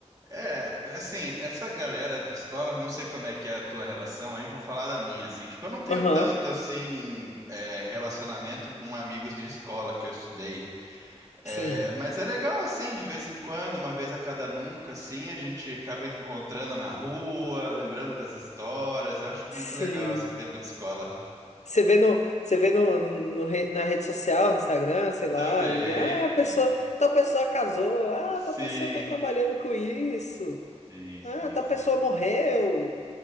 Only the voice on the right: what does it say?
É, assim, essa galera de escola, eu não sei como é que é a tua relação, aí vou falar da minha, assim, tipo, eu não tenho
tanto, assim, é, relacionamento com amigos de escola que eu estudei,
É, mas é legal, assim, de vez em quando, uma vez a cada nunca, assim, a gente acaba encontrando na rua, lembrando das histórias, eu acho
muito legal, assim, esse tempo de escola.
Também,
também,
sim,
sim, sim,
sim.